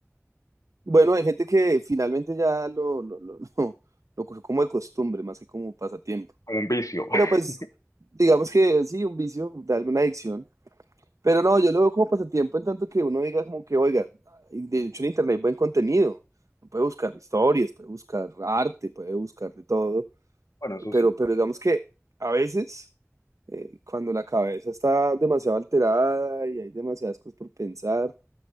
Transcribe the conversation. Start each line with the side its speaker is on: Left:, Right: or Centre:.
Right: Bueno, hay gente que finalmente ya lo, lo, lo, lo, lo cogió como de costumbre, más que como pasatiempo.
Left: como un vicio,
Right: Pero
Left: <laughs>
Right: pues, digamos que sí, un vicio, darme una adicción. Pero no, yo lo veo como pasatiempo en tanto que uno diga como que, oiga, y de hecho en internet hay buen contenido. Uno Puede buscar historias, puede buscar arte, puede buscar de todo.
Left: bueno, eso
Right: Pero,
Left: sí,
Right: pero digamos que a veces, eh, cuando la cabeza está demasiado alterada y hay demasiadas cosas por pensar